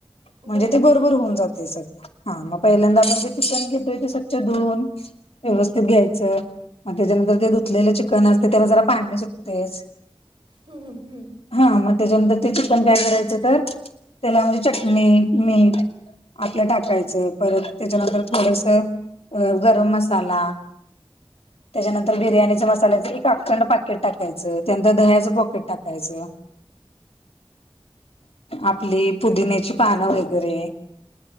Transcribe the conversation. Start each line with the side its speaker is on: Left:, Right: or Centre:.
Left: म्हणजे
Right: बर
Left: ते बरोबर होऊन जातात ते सगळं हा मग पहिल्यांदा आपण जे चिकन घेतोय ते स्वच्छ धुवून व्यवस्थित घ्यायचं मग त्याच्यानंतर ते धूलेलं चिकन असते त्याला जरा पाणी सुटतेस
Right: हम हम् हमी.
Left: हा मग त्याच्यानंतर ते चिकन काय करायचं, तर त्याला म्हणजे चटणी, मीठ आपलं टाकायचं. परत त्याच्यानंतर थोडसं अ गरम मसाला त्याच्यानंतर बिर्याणीच्या मसाल्याचं एक अखंड पाकीट टाकायचं. त्यानंतर दह्याचं पॉकिट टाकायचं. आपली पुदिन्याची पानं वगैरे